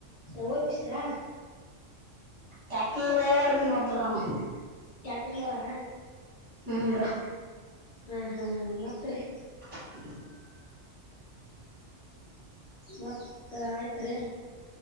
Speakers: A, on the left; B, on the right.
A: ಯ್ ಬಿಸ್ರಾ
B: ಟಕಾರ ಒಬರಾನ <unintelligible>
A: ಟ್ಯಾಕ್ಟರ್ಲವರ
B: ಹೂ ಬ್ರೋ
A: ಹಾ ಹಾ ಹ ಮತ್ತರಿ
B: ಹ್ಮ
A: ಮತ್ತ ಆಯ್ತ್ ರೀ